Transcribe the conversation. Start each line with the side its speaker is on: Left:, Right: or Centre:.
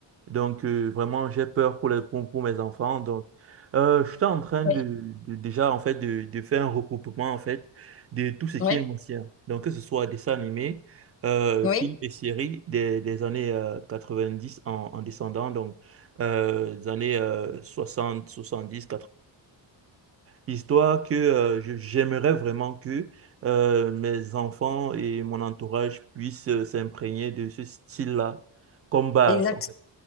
Right: Donc, euh, vraiment, j'ai peur pour, les, pour, pour mes enfants. Donc, euh, je suis en train de,
Left: oui,
Right: de- déjà, en fait, de, de faire un recoupement, en fait, de tout ce qui
Left: oui,
Right: est ancien. Donc, que ce soit dessins animés, euh,
Left: oui.
Right: films et séries des, des années euh, 90 en, en descendant, donc euh, des années euh, 60, quatre quatre-vingt-dix, histoire que euh, je- j'aimerais vraiment que euh, mes enfants et mon entourage puissent euh, s'imprégner de ce style-là comme base.
Left: Exact.